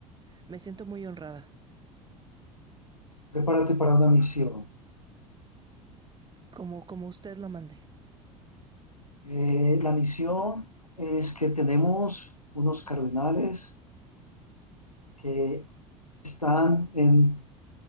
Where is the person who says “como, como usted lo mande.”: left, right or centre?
Right